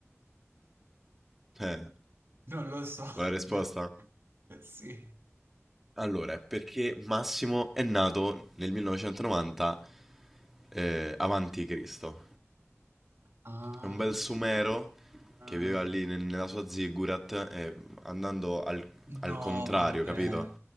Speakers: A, in the centre; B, on the right.
A: Eh,
B: Non lo so,
A: vuoi la
B: <laughs>
A: risposta?
B: mi ha... Sì.
A: Allora, è perché Massimo è nato nel 1990 eh, avanti Cristo.
B: Ah,
A: È un bel sumero
B: ah.
A: che viveva lì nel- nella sua ziggurat, e andando al,
B: no,
A: al contrario,
B: vabbè.
A: capito?